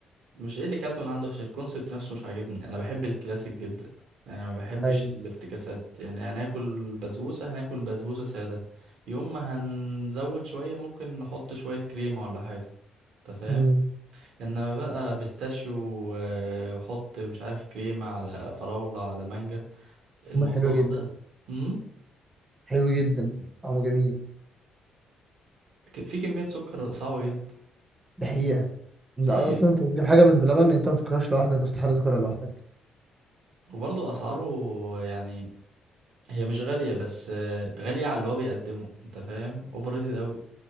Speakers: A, on the right; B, on the right.
A: مش ايه اللي كلته من عنده عشان الكونسبت نفسه مش عاجبني انا بحب الكلاسيك جدا يعني ما بحبش
B: ايوه
A: الافتكاسات يعني هناكل بسبوسة هناكل بسبوسة سادة يوم ما هنزود شوية ممكن نحط شوية كريمة ولا حاجة انت فاهم
B: امم
A: انما بقى بيستاشيو و- وحط مش عارف كريمة على فراولة على مانجا الموضوع
B: حلوه جدا
A: ده امم
B: حلو جدا طعمه جميل
A: في كمية سكر صعبة جدا
B: ده حقيقه لا
A: طيب
B: اصلا انت بتجيب حاجه من بلبن انت ما بتاكلهاش لوحدك واستحاله تاكلها لوحدك
A: وبرضه اسعاره يعني هي مش غالية بس آه، غالية على اللي هو بيقدمه انت فاهم اوفر ريتد اوي